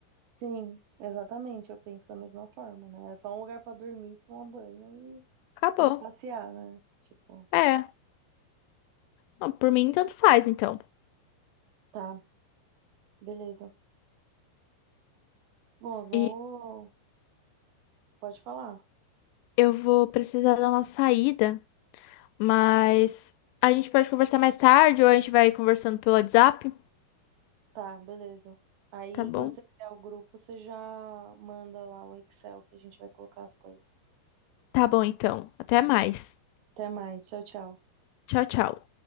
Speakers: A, on the right; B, on the left.
A: Sim, exatamente, eu penso da mesma forma, né? É só um lugar para dormir, tomar banho
B: Acabou.
A: e, e passear, né? Tipo,
B: É, não, por mim tanto faz, então.
A: tá, beleza. Bom, eu vou.
B: E
A: Pode falar.
B: eu vou precisar dar uma saída, mas a gente pode conversar mais tarde ou a gente vai conversando pelo WhatsApp,
A: Tá, beleza. Aí,
B: tá bom?
A: quando você criar o grupo, você já manda lá o Excel que a gente vai colocar as coisas.
B: Tá bom, então. Até mais.
A: Até mais. Tchau, tchau.
B: Tchau, tchau.